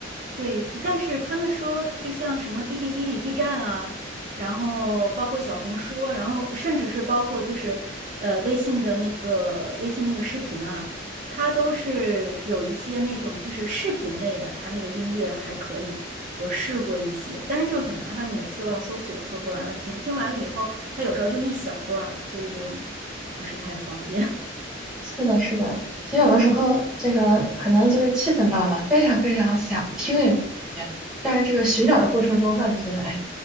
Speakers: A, on the right; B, in the centre.
A: 对，但是他们说，就像什么哔哩哔哩、B 站啊，然后包括小红书啊然后甚至是包括就是呃微信的那个微信那个视频啊，它都是有一些那种就是视频类的，它那个音乐还可以，我试过一些，但是就是很麻烦，你每次都要搜索，搜索完了听，听完了以后，它有时候就一小段儿，所以就不是太方便。
B: 是的，是的。其实有的时候，
A: <laughs> 嗯。
B: 这个可能就是气氛到了，非常非常想听一会儿音乐，但是这个寻找的过程中，让你觉得，哎，